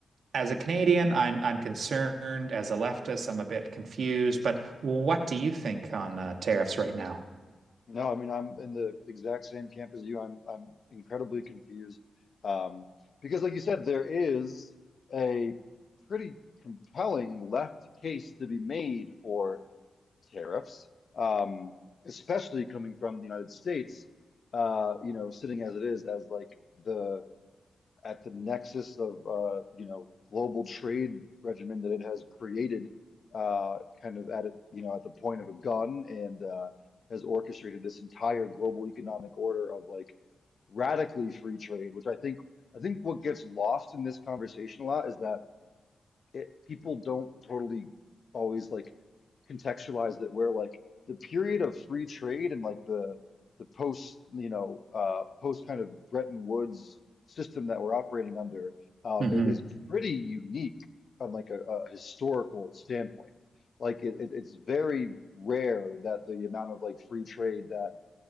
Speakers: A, on the right; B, on the left.
A: as a Canadian, I'm I'm concerned. As a leftist, I'm a bit confused. But what do you think on uh, tariffs right now?
B: No, I mean I'm in the exact same camp as you. I'm I'm incredibly confused. Um, because like you said, there is a pretty compelling left case to be made for tariffs, um, especially coming from the United States, uh, you know, sitting as it is as like the at the nexus of uh, you know global trade regimen that it has created, uh, kind of at it, you know at the point of a gun, and uh, has orchestrated this entire global economic order of like radically free trade, which I think I think what gets lost in this conversation a lot is that it people don't totally always like contextualize that where like the period of free trade and like the the post you know uh post kind of Bretton Woods system that we're operating under um
A: hmm
B: is, is pretty unique on like a, a historical standpoint. Like it, it it's very rare that the amount of like free trade that